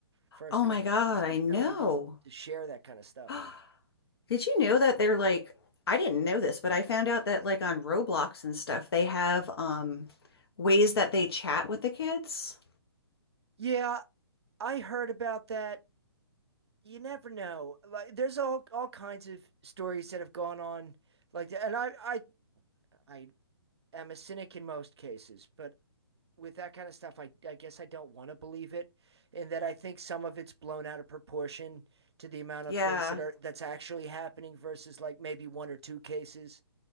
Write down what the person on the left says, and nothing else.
Oh
my God,
I
know.
<gasps> Did you know that they're like, I didn't know this, but I found out that like on Roblox and stuff, they have um ways that they chat with the kids.
Yeah.